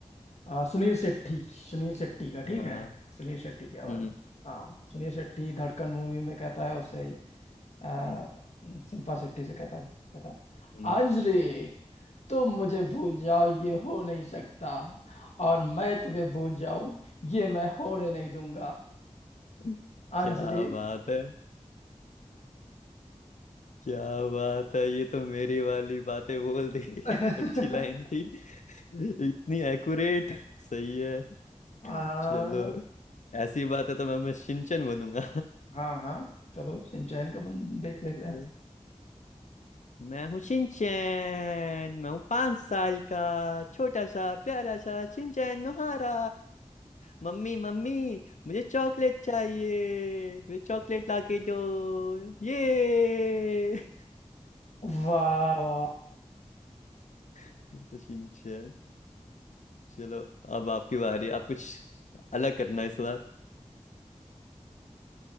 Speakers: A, on the left; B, on the left.
A: आ, सुनील शेट्टी सुनील शेट्टी का ठीक
B: हाँ
A: है सुनील शेट्टी की आवाज
B: हम्म
A: में हाँ सुनील शेट्टी धड़कन मूवी में कहता है उसे आ,
B: हम्म
A: शिल्पा शेट्टी से कहता है कहता है
B: हम्म।
A: अंजलि तुम मुझे भूल जाओ ये हो नहीं सकता और मैं तुम्हें भूल जाऊं ये मैं होने नहीं दूंगा
B: <laughs>
A: अंजलि
B: क्या बात है क्या बात है ये तो मेरी वाली बातें बोल दी
A: <laughs>
B: <laughs> अच्छी लाइन थी <laughs> इतनी एक्यूरेट सही है
A: आ,
B: चलो ऐसी बात है तो मैं मैं शिनचैन बनूंगा
A: हाँ हाँ चलो सिंचैन का बन- देख लेते
B: <laughs>
A: हैं
B: मैं हूँ शिनचैन मैं हूँ पाँच साल का छोटा सा प्यारा सा शिनचैन नोहारा मम्मी मम्मी मुझे चॉकलेट चाहिए मुझे चॉकलेट लाके दो ये
A: वाह वाह
B: <laughs> तो शिनचैन चलो अब आपकी बारी आप कुछ अलग करना है इस बार